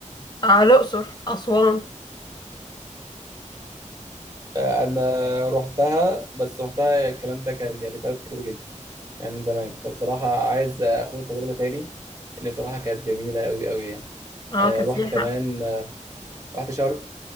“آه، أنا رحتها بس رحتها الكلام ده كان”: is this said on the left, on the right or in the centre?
Right